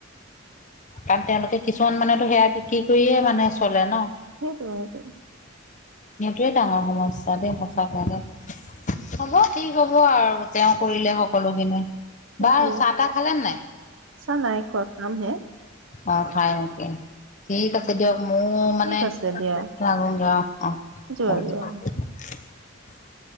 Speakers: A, on the left; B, on the right.
A: কাৰণ তেওঁলোকে কিছুমান মানেতো সেয়া বিক্ৰী কৰিয়ে মানে চলে ন।
B: সেইটোএ সেইটো।
A: সেইটোৱে ডাঙৰ সমস্যা দেই সঁচাকে দেই। হ'ব ঠিক হ'ব আৰু তেওঁ কৰিলে সকলোখিনি।
B: সেইটোৱে
A: বাৰু চাহ তাহ খালে নাই?
B: চা নাই খোৱা খামহে
A: অ খাই নেকি ঠিক আছে দিয়ক। মোৰ মানে,
B: ঠিক আছে দিয়া
A: লাগুগে আও অহ
B: যোৱা
A: অহ হব।
B: যোৱা